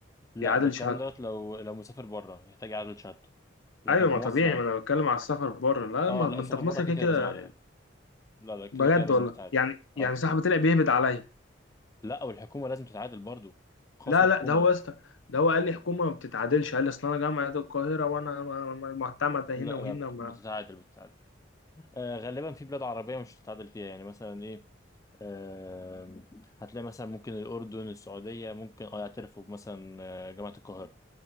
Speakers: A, on the left (about 15°); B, on the left (about 85°).
A: لا
B: يعادل
A: ده الكلام
B: شهادته
A: دوت لو لو مسافر بره يحتاج يعادل شهادته لكن
B: ايوه
A: في
B: ما
A: مصر
B: طبيعي
A: عادي
B: ما انا بتكلم على السفر بره لا
A: اه
B: ما
A: لا
B: ما
A: السفر
B: انت في
A: بره
B: مصر
A: كده
B: كده
A: كده
B: كده
A: لازم اعادلها لا لا كده
B: بجد
A: كده لازم
B: والله
A: تتعادل
B: يعني
A: اه
B: يعني صاحبي طلع بيهبد عليا
A: لا والحكومه لازم تتعادل برضو خاص
B: لا
A: وحكومه
B: لا ده هو
A: لا
B: يا اسطى ده هو قال لي حكومه ما بتتعادلش قال لي اصل انا جامعه القاهره وانا م- م- معتمده
A: لا
B: هنا وهنا
A: لا، بت-
B: ما
A: بتتعادل بتتعادل آه غالبا في بلاد عربيه مش هتتعادل فيها يعني مثلا ايه آه هتلاقي مثلا ممكن الاردن السعوديه ممكن اه يعترفوا مثلا آه، جامعه القاهره